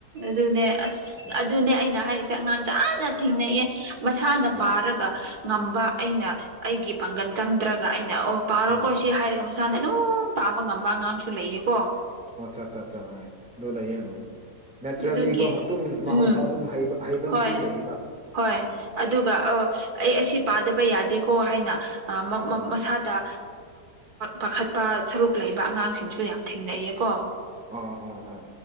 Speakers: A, on the right (about 60°); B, in the centre.
A: ꯑꯗꯨꯅꯦ ꯑꯁ
B: ꯎꯝ
A: ꯑꯗꯨꯅꯦ ꯑꯩꯅ ꯍꯥꯏꯔꯤꯁꯦ ꯑꯉꯥꯡ ꯆꯥꯅ ꯊꯦꯡꯅꯩꯑꯦ ꯃꯁꯥꯅ
B: ꯑ
A: ꯄꯥ ꯊꯔꯒ ꯉꯝꯕ ꯑꯩꯅ ꯑꯩꯒꯤ ꯄꯥꯡꯒꯜ ꯆꯪꯗ꯭ꯔꯒ ꯑꯩꯅ ꯑꯣ ꯄꯥꯔꯣꯀꯣ
B: ꯎꯝ
A: ꯁꯤ ꯍꯥꯏꯔꯒ ꯃꯁꯥꯅ ꯑꯗꯨꯝ ꯄꯥꯕ ꯉꯝꯕ ꯑꯉꯥꯡꯁꯨ ꯂꯩꯌꯦꯀꯣ
B: ꯑꯆꯥ ꯑꯆꯥ ꯑꯆꯥ ꯑ ꯗꯣ ꯂꯩꯌꯦ ꯅꯦꯆꯔꯦꯜꯂꯤꯀꯣ
A: ꯑꯗꯨꯒꯤ
B: ꯑꯗꯨꯝ ꯃꯍꯧꯁꯥ
A: ꯎꯝ
B: ꯑꯗꯨꯝ ꯍꯩꯕ
A: ꯍꯣꯏ
B: ꯃꯤꯁꯨ ꯂꯩꯌꯦꯕ
A: ꯍꯣꯏ
B: ꯎꯝ
A: ꯑꯗꯨꯒ ꯑ ꯑꯩ ꯑꯁꯤ ꯄꯥꯗꯕ ꯌꯥꯗꯦꯀꯣ ꯍꯥꯏꯅ
B: ꯎꯝ
A: ꯃꯁꯥꯗ ꯄꯥꯈꯠꯄ ꯁꯔꯨꯛ ꯂꯩꯕ ꯑꯉꯥꯡꯁꯤꯡꯁꯨ ꯌꯥꯝ ꯊꯦꯡꯅꯩꯌꯦꯀꯣ
B: ꯑꯥ ꯑꯥ ꯑꯥ